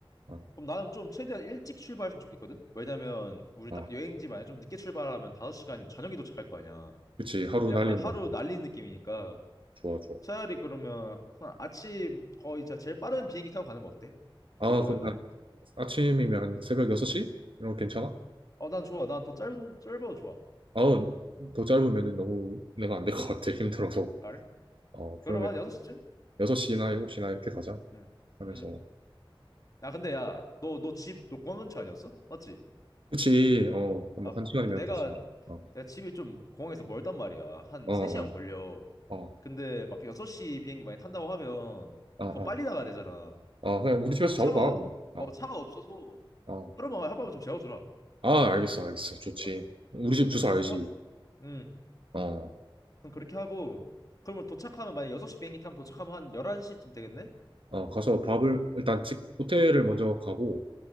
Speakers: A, on the right; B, on the left.
A: 아,
B: 그럼 나는 좀 최대한 일찍 출발했으면 좋겠거든? 왜냐면 우리
A: 아,
B: 딱 여행지 만약에 좀 늦게 출발하면 5시간이면 저녁에 도착할 거 아니야.
A: 그치. 하루
B: 그럼 약간
A: 날리는
B: 하루
A: 건
B: 날리 느낌이니까
A: 좋아, 좋아.
B: 차라리 그러면 한 아침 거의 진짜 제일 빠른 비행기 타고 가는 거 어때? 그
A: 아,
B: 여행 가는
A: 그럼
B: 날에?
A: 한 아침이면 한 새벽 6시?
B: 응.
A: 이런 거 괜찮아?
B: 어, 난 좋아. 난 더 짧은 짧아도 좋아.
A: 아우, 더 짧으면 너무 내가
B: 어.
A: 안 될 것 같아. <laughs> 힘들어서.
B: 알?
A: 어,
B: 그러면
A: 그러면
B: 한 6시쯤?
A: 6시나 7시나 이렇게 가자.
B: 응.
A: 하면서.
B: 응. 야, 근데 야, 너 너 집 너 공항 근처 아니었어? 맞지?
A: 그치, 어, 한번
B: 아,
A: 한 시간이면
B: 근데 내가
A: 가지. 어,
B: 내가 집이 좀 공항에서 멀단 말이야. 한
A: 어,
B: 3시간
A: 어,
B: 걸려.
A: 어,
B: 근데 막 6시 비행기 많이 탄다고 하면
A: 어, 어,
B: 더 빨리 나가야 되잖아.
A: 어, 그냥 우리
B: 그럼
A: 집에서
B: 또 차가
A: 자고 가, 그럼. 어,
B: 어 차가 없어서
A: 어.
B: 하루만 하루만 좀 재워줘라.
A: 아, 알겠어, 알겠어. 좋지.
B: 아까
A: 우리 집
B: 어,
A: 주소
B: 그렇게
A: 알지?
B: 하 응.
A: 어,
B: 그럼 그렇게 하고 그러면 도착하면 만약 6시 비행기 타면 도착하면 한 11시쯤 되겠네?
A: 어, 가서 밥을, 일단 집, 호텔을 먼저 가고,